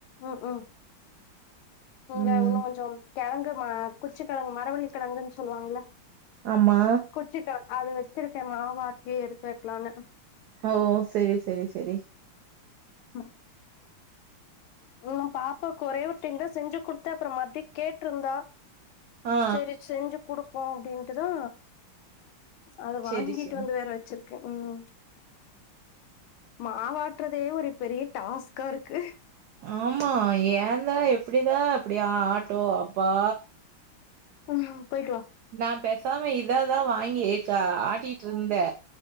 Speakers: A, on the left; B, on the right.
A: ம் ம் நீங்க
B: ம்
A: இன்னு கொஞ்சோ கெழங்கு மா குச்சி கெழங்கு மரவள்ளி கெழங்குன் சொல்லுவாங்குள
B: ஆமா
A: குச்சி கெழங் அத வச் வச்சிருக்கேன் மாவாட்டி எடுத்து வக்லான்னு
B: ஓ செரி செரி செரி
A: ம் ம் நா பாப்பாக்கு ஒரே ஒரு டைம்தா செஞ்சுகுடுத்தே அப்ற மறுப்டி கேட்ருந்தா
B: ஆ
A: சேரி செஞ்சு குடுப்போ அப்டின்ட்டுதா அத
B: செரி
A: வாங்கிட்டு
B: செரி
A: வந்து வேற வச்சிருக் க ம் மாவாட்றதே ஒரு பெரிய டாஸ்கா இருக்கு
B: ஆமா ஏந்தே எப்டிதே அப்டி ஆட்டு அப்பா
A: உம் போய்ட்டுவா
B: நா பேசாம இதாதா வாங்கி க்கா ஆட்டீட்ருந்தே